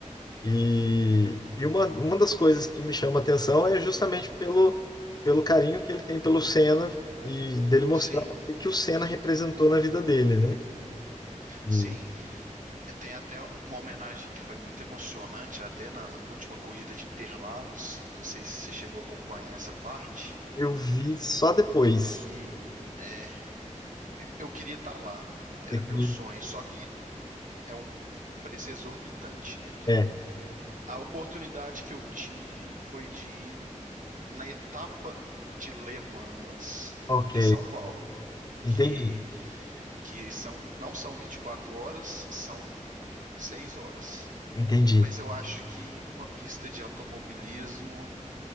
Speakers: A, on the left; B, on the right.
A: E, e uma, uma das coisas que me chama a atenção é justamente pelo, pelo carinho que ele tem pelo Senna e dele mostrar
B: Sim,
A: o que que o Senna representou na vida dele, né? E
B: sim, tem até uma homenagem que foi muito emocionante, até na última corrida de Interlagos. Não sei se você chegou a acompanhar essa parte,
A: eu vi só depois.
B: que é, eu queria estar lá, era
A: daquele-
B: meu sonho, só que é um preço exorbitante, né?
A: É,
B: A oportunidade que eu tive foi de ir na etapa de Le Mans,
A: ok,
B: em São Paulo,
A: entendi,
B: que, que são, não são 24 horas, são 6 horas.
A: entendi.
B: Mas eu acho que ir numa pista de automobilismo